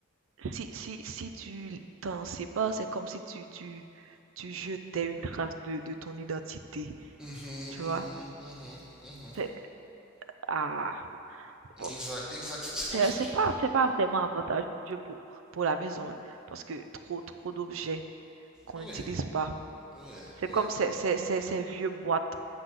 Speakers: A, on the right; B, in the centre.
A: Si, si, si tu t'en sais pas, c'est comme si tu, tu, tu jetais une trace de, de ton identité,
B: mm mhm,
A: tu vois?
B: mm mhm.
A: C'est, ah,
B: Exact,
A: bon.
B: exact. C'est c'est
A: C'est,
B: comme si
A: c'est
B: tu...
A: pas, c'est pas vraiment avantageux pour, pour la maison, hein, parce que trop, trop d'objets qu'on
B: Oui,
A: n'utilise pas.
B: oui,
A: C'est
B: oui.
A: comme ces, ces, ces, ces vieux boîtes